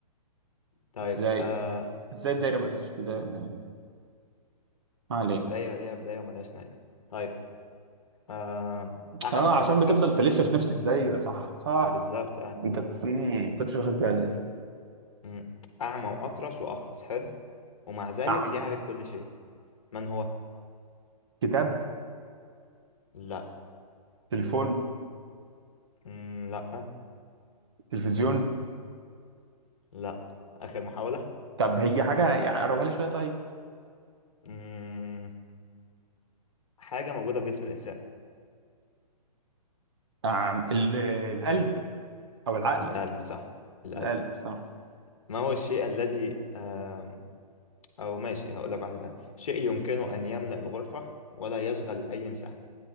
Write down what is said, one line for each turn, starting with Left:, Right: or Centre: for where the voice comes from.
Left: طيب
Right: إزاي
Left: آه
Right: إزاي الدايرة ملهاش بداية يعني ما علينا
Left: الدايرة ليها بداية وملهاش نهاية طيب آه أعمى
Right: آه عشان
Left: وأطرش
Right: بتفضل تلف في نفس الدايرة صح صح
Left: ما بالظبط آه
Right: أنت بت- مم، ما كنتش واخد بالي
Left: مم. أعمى وأطرش وأخرس حلو ومع ذلك
Right: أعمل
Left: يعرف كل شيء من هو؟
Right: كتاب
Left: لا
Right: تليفون
Left: مم، لا
Right: تلفزيون
Left: لا آخر محاولة
Right: طب هي حاجة يعني قربها لي شوية طيب
Left: مم. حاجة موجودة في جسم الإنسان
Right: أعم... ال- القلب أو العقل
Left: القلب صح القلب
Right: القلب صح
Left: ما هو الشيء الذي آه أو ماشي هقول لك واحدة تانية شيء يمكنه أن يملأ الغرفة ولا يشغل أي مساحة